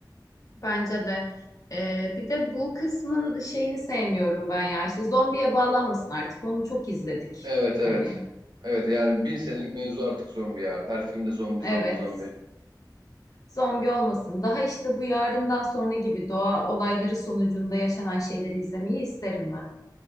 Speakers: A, on the left; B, on the right.
A: bence de. Ee, bir de bu kısmın şeyini sevmiyorum ben ya. İşte zombiye bağlanmasın artık. Onu çok izledik.
B: Evet evet.
A: Hani
B: Evet yani bin senelik mevzu artık zombi ya. Her filmde zombi
A: evet.
B: zombi zombi.
A: Zombi olmasın. Daha işte bu yarından sonra gibi doğa olayları sonucunda yaşanan şeyleri izlemeyi isterim ben.